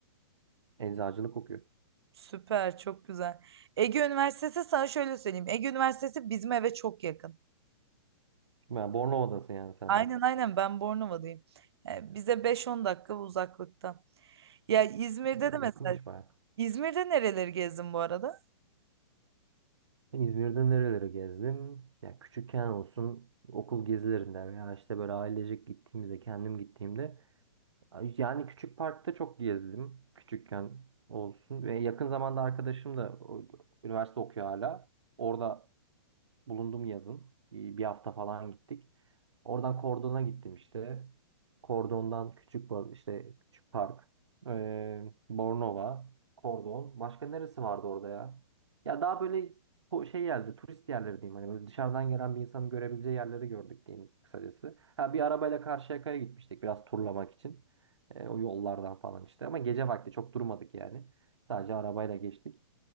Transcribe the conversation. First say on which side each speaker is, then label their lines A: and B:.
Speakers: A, on the right; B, on the right.
A: Eczacılık okuyor.
B: Süper, çok güzel. Ege Üniversitesi sana şöyle söyleyeyim. Ege Üniversitesi bizim eve çok yakın.
A: Yani Bornova'dasın yani sen
B: Aynen
A: de.
B: aynen ben Bornova'dayım. Yani bize beş on dakika uzaklıkta. Ya İzmir'de
A: E,
B: de mesela
A: yakınmış bayağı.
B: İzmir'de nereleri gezdin bu arada?
A: E, İzmir'de nerelere gezdim? Ya küçükken olsun okul gezilerinde veya işte böyle ailecek gittiğimizde, kendim gittiğimde yani küçük parkta çok gezdim. Küçükken olsun ve yakın zamanda arkadaşım da o, üniversite okuyor hala. Orada bulundum yazın. Ee, Bir hafta falan gittik. Oradan Kordon'a gittim işte. Kordon'dan küçük ba- işte küçük park. ee, Bornova, Kordon. Başka neresi vardı orada ya? Ya daha böyle o şey geldi, turist yerleri diyeyim hani böyle dışarıdan gelen bir insanın görebileceği yerleri gördük diyeyim kısacası. Ha bir arabayla Karşıyaka'ya gitmiştik biraz turlamak için. Ee, o yollardan falan işte ama gece vakti çok durmadık yani. Sadece arabayla geçtik.